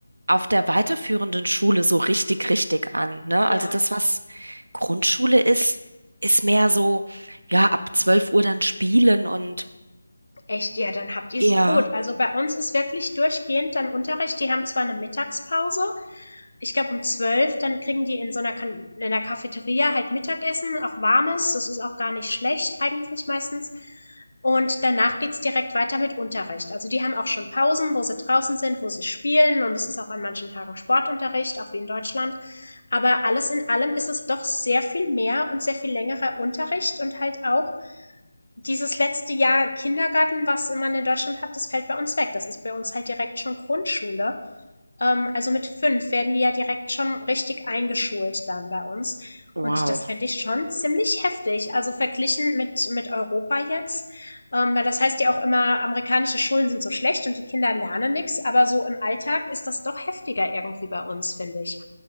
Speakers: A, on the right; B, on the left.
A: auf der weiterführenden Schule so richtig, richtig an, ne?
B: Ja,
A: Also das, was Grundschule ist, ist mehr so, ja, ab 12 Uhr dann spielen und
B: echt, ja, dann habt ihr's
A: ja,
B: gut. Also bei uns ist wirklich durchgehend dann Unterricht. Die haben zwar eine Mittagspause, ich glaube um zwölf, dann kriegen die in so einer kan in der Cafeteria halt Mittagessen, auch warmes. Das ist auch gar nicht schlecht eigentlich meistens. Und danach geht's direkt weiter mit Unterricht. Also die haben auch schon Pausen, wo sie draußen sind, wo sie spielen. Und es ist auch an manchen Tagen Sportunterricht, auch wie in Deutschland. Aber alles in allem ist es doch sehr viel mehr und sehr viel längerer Unterricht und halt auch Dieses letzte Jahr Kindergarten, was man in Deutschland hat, das fällt bei uns weg. Das ist bei uns halt direkt schon Grundschule. Ähm, also mit fünf werden die ja direkt schon richtig eingeschult dann bei uns.
A: wow.
B: Und das fände ich schon ziemlich heftig. Also verglichen mit, mit Europa jetzt. Ähm, weil das heißt ja auch immer, amerikanische Schulen sind so schlecht und die Kinder lernen nichts. Aber so im Alltag ist das doch heftiger irgendwie bei uns, finde ich.